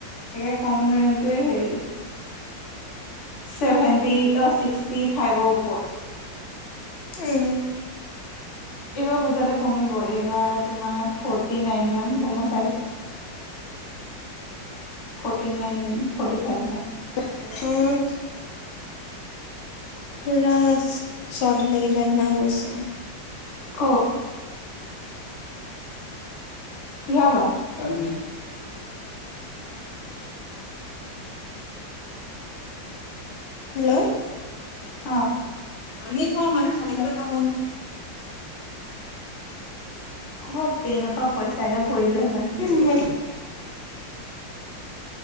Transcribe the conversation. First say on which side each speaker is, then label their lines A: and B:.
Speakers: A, on the left; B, on the left.
A: একে কম ৰেমটোৱে হেৰি ছেভেণ্টি অ ছিক্সটি ফাইভৰ ওপৰত
B: উম
A: এইবাৰ পুজালে কমিব এইবাৰ তোমাৰ ফৰ্টি নাইন মান হ'ব মই চাইছিলো ফৰ্টি নাইন ফটি ফাইভ মান
B: উম পুৰা চৰ্দি লাগি যোৱা নিচিনা হৈছে
A: ক কিহ বা
B: আমি হেল্ল
A: অ
B: আমি থোৱা মানে পাম আও
A: ক'বা প্লেদমা পইচা এগাল পৰি যোৱা হেতেন
B: উম